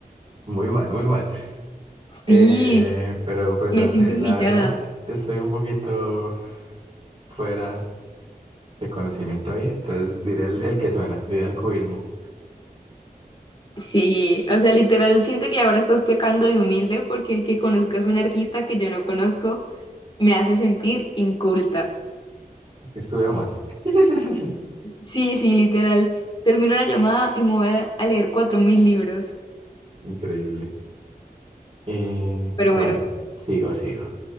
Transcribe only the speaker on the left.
Sí,
me
siento
humillada.
Sí, o sea, literal siento que ahora estás pecando de humilde porque el que conozcas a un artista que yo no conozco me hace sentir inculta.
Sí, sí, literal. Termino la llamada y me voy a a leer cuatro mil libros.
Pero
bueno,